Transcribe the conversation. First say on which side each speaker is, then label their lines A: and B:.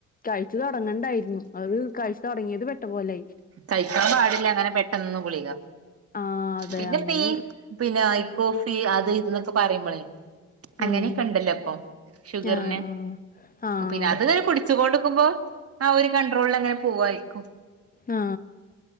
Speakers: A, on the left; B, on the right.
A: കഴിച് തൊടങ്ങണ്ടായിരുന്നു അവര് കയ്ച് തുടങ്ങിയത് പെട്ട പോലെ ആയി.
B: കയ്ക്കാൻ പാടില്ല അങ്ങനെ പെട്ടെനൊന്നും ഗുളിക.
A: ആഹ് അതെ
B: പിന്നെ
A: അങ്ങനെ
B: ഫീ പിന്നെ ഐക്കോ ഫീ അത് ഇതന്നൊക്കെ പറയുമ്പോളേ. അങ്ങനെയൊക്കെ
A: ഉം
B: ഇണ്ടല്ലോ അപ്പൊ ഷുഗറിന്
A: ആഹ് ആഹ് ആഹ്
B: പിന്നെ അത്ങ്ങനെ കുടിച്ചൊണ്ട് കുമ്പോ ആ ഒരു കൺണ്ട്രോളിൽ അങ്ങനെ പോവായിരിക്കും.
A: ആ